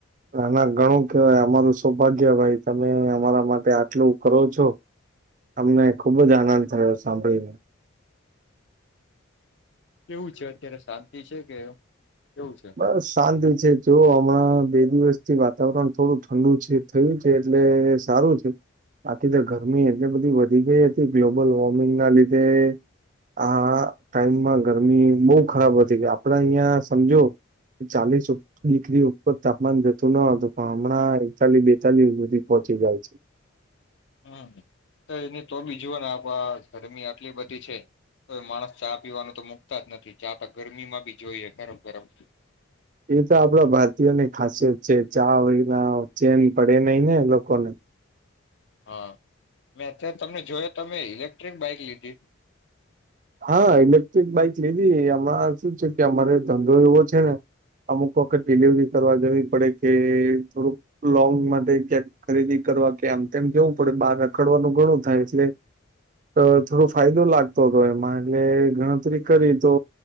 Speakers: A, on the right; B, on the left.
A: એના ઘણું કેવાય અમારું સૌભાગ્ય ભાઈ. તમે અમારા માટે આટલું કરો છો અમને ખુબ જ આનંદ થયો સાંભળીને.
B: કેવું છે અત્યારે શાંતિ છે કે કેવું છે
A: બસ શાંતિ છે જો હમણાં બે દિવસ થી વાત વાતાવરણ થોડું ઠંડુ છે થયું છે એટલે સારું છે બાકી તો ગરમી એટલી બધી વધી ગઈ હતી ગ્લોબલ વોર્મિંગ ના લીધે આ ટાઈમમાં ગરમી બહુ ખરાબ હતી ગ આપડા અહિયાં સમજો. ચાલીસ ડિગ્રી ઉપર તાપમાન જતું ન હતું પણ હમણાં એકતાલીસ બેતાલીસ સુધી પહોંચી જાય છે.
B: હમ તો એની તો બી જોુઓ ને આપ ગરમી આટલી બધી છે તો માણસ ચા પીવાનું તો મુૂકતા જ નથી ચા તો ગરમી માં બી જોઈએ. ગરમ ગરમ
A: એ તો આપણા ભારતીયો ની ખાસિયત જે ચા વિના ચેન પડે નઈ ને લોકોને.
B: હા મેં અત્યારે તમને જોયો તોમે ઇલેક્ટ્રિક બાઈક લીધી.
A: હા ઇલેક્ટ્રિક બાઈક લીધી હમણા શું છે કે અમારે ધંધો એવો છે ને અમુક વખત ડિલિવરી કરવા જવી પડે કે થોડુંક લોંગ માટે ક્યાંક ખરીદી કરવા કે આમ તેમ જવું પડે બહાર રખડવાનું ઘણું થાય એટલે તો થોડો ફાયદો લાગતો તો એમાં એટલે ગણતરી કરી તો